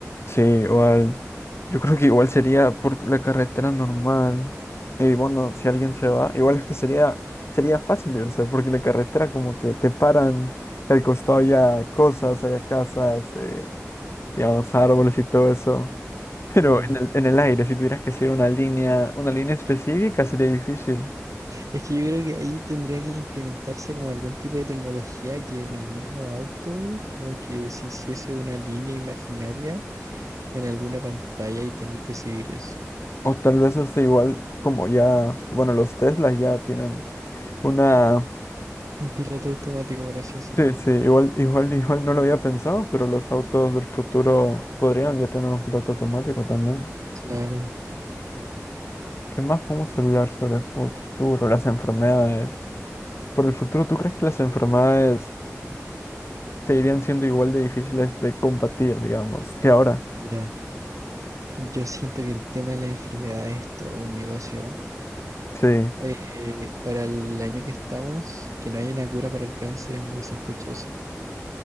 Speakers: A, on the left; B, on the right.
A: Sí, igual. Yo creo que igual sería por la carretera normal. Y bueno, si alguien se va, igual es que sería, sería fácil irse, porque la carretera como que te paran y al costado ya cosas, hay casas, eh, digamos, árboles y todo eso. Pero
B: Claro.
A: en el, en el aire, si tuvieras que seguir una línea, una línea específica, sería difícil.
B: Es que yo creo que ahí tendría que implementarse como algún tipo de tecnología que en el mismo auto, como que se hiciese una línea imaginaria en alguna pantalla y tener que seguir eso.
A: O tal vez hace igual como ya, bueno, los Teslas ya tienen una...
B: Un piloto automático, por así decirlo.
A: Sí, sí, igual, igual, igual no lo había pensado, pero los autos del futuro podrían ya tener un piloto automático también.
B: Claro,
A: ¿Qué más podemos hablar sobre el futuro? Las enfermedades. Por el futuro, ¿tú crees que las enfermedades seguirían siendo igual de difíciles de combatir, digamos, que ahora?
B: mira, yo siento que el tema de las enfermedades es todo un negocio.
A: Sí.
B: Eh, para el año que estamos, que no haya una cura para el cáncer es muy sospechoso,